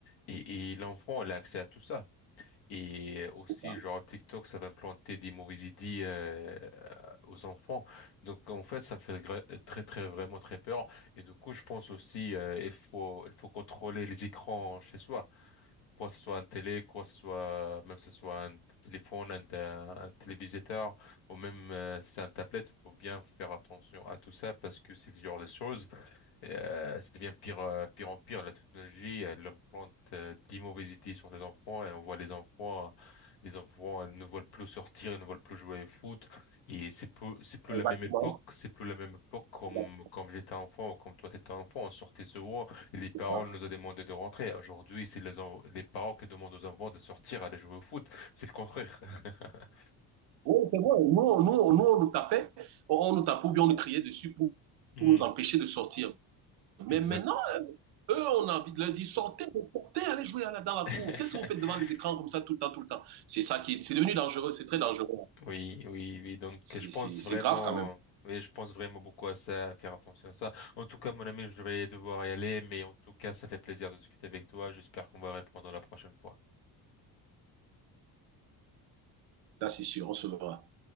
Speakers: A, on the left (about 80°); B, on the right (about 75°).
A: Et, et l'enfant, il a accès à tout ça. Et aussi,
B: C'est ça.
A: genre TikTok, ça va implanter des mauvaises idées euh, aux enfants. Donc, en fait, ça me fait gra- très très vraiment très peur. Et du coup, je pense aussi, euh, il faut il faut contrôler les écrans chez soi quoi ce soit un télé, quoi ce soit même si ce soit un téléphone, un, ta- un téléviseur ou même euh, si c'est un tablette, il faut bien faire attention à tout ça parce que c'est ce genre de choses et, euh, ça devient pire, euh, pire en pire. La technologie, elle implante euh, des mauvaises idées sur les enfants et on voit les enfants, euh, les enfants euh, ne veulent plus sortir, ils ne veulent plus jouer au foot. Et c'est plus, c'est plus la
B: Exactement.
A: même époque, c'est plus la même époque comme,
B: Exactement,
A: comme j'étais enfant ou comme toi t'étais enfant. On sortait souvent et les
B: c'est
A: parents nous ont demandé de rentrer. Aujourd'hui, c'est les, en- les parents qui demandent aux enfants de sortir, aller jouer au foot. C'est le contraire. <laughs>
B: Oui, c'est vrai. Nous, nous, nous, on nous tapait, on nous tapait ou bien on nous criait dessus pour,
A: Hmm,
B: pour nous empêcher de sortir. Mais
A: exact.
B: maintenant, eux, on a envie de leur dire, sortez, sortez, allez jouer dans la
A: <laughs>
B: cour. Qu'est-ce que vous faites devant les écrans comme ça tout le temps, tout le temps? C'est ça qui est, c'est devenu dangereux, c'est très dangereux.
A: Oui, oui, oui. Donc,
B: C'est
A: je pense
B: c'est- c'est
A: vraiment,
B: grave quand même.
A: oui, je pense vraiment beaucoup à ça, à faire attention à ça. En tout cas, mon ami, je vais devoir y aller, mais en tout cas, ça fait plaisir de discuter avec toi. J'espère qu'on va reprendre la prochaine fois.
B: Ça, c'est sûr, on se verra.